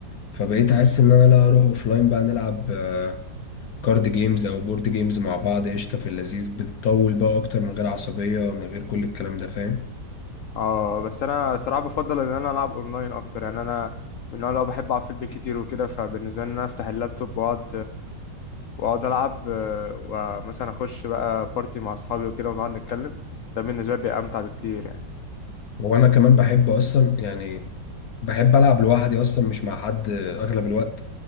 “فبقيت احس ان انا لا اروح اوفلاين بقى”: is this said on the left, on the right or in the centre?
Left